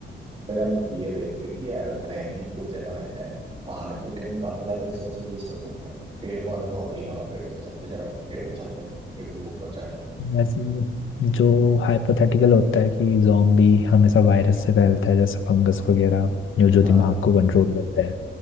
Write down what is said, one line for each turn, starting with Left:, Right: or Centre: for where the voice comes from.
Right: फिर हम ये देखते कि यार रहने की कुछ जगह मिल जाए पहाड़ पे भी हम काफी सारे रिसोर्स यूज कर सकते हैं पेड़ पौधे तो होते ही हैं वहाँ, पेड़ों के छत पे चढ़ जाओ पेड़ों की छत पे नहीं, पेड़ों के ऊपर चढ़ जाओ
Left: वैसे जो हाइपोथेटिकल होता है कि जॉम्बी हमेशा वायरस से फैलता है जैसे फंगस वगैरह जो जो
Right: हाँ
Left: दिमाग को कंट्रोल करता